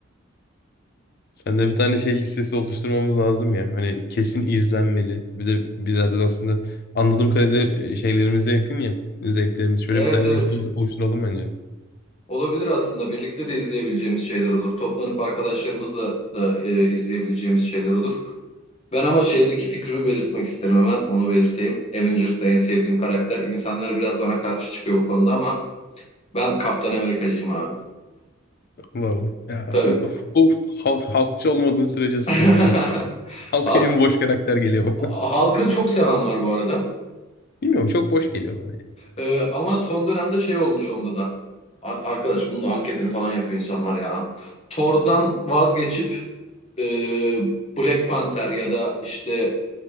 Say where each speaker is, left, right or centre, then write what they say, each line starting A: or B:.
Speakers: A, on the left; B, on the left.
A: Sen de bir tane şey listesi oluşturmamız lazım ya. Hani kesin izlenmeli. Bir de biraz da aslında anladığım kadarıyla e, şeylerimize yakın ya. Zevklerimiz. Şöyle
B: Evet
A: bir tane
B: evet.
A: liste olu- oluşturalım bence.
B: Olabilir aslında. Birlikte de izleyebileceğimiz şeyler olur. Toplanıp arkadaşlarımızla da e, izleyebileceğimiz şeyler olur. Ben ama şeydeki fikrimi belirtmek isterim hemen. Onu belirteyim. Avengers'ta en sevdiğim karakter. İnsanlar biraz bana karşı çıkıyor bu konuda ama ben Kaptan Amerikacıyım abi.
A: Vallahi. Ya
B: Tabii.
A: hu- hu- halk, halkçı olmadığın sürece sıkıntı
B: <laughs>
A: değil. Halka
B: Halk,
A: en boş karakter geliyor
B: halkı çok seven var bu arada.
A: Bilmiyorum çok boş geliyor bana ya.
B: Ee, ama son dönemde şey olmuş onda da. A- Arkadaş bunun da anketini falan yapıyor insanlar ya. Thor'dan vazgeçip e, Black Panther ya da işte